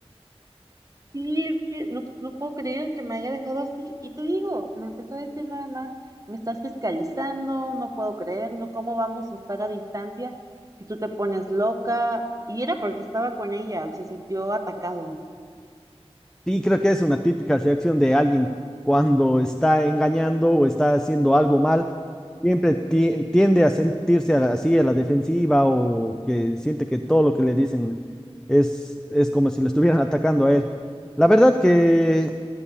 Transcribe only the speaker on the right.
Sí, es que no, no puedo creer que me haya dejado así. Y te digo, me empezó a decir nada más, me estás fiscalizando, no puedo creerlo, ¿cómo vamos a estar a distancia si tú te pones loca? Y era porque estaba con ella, se sintió atacado.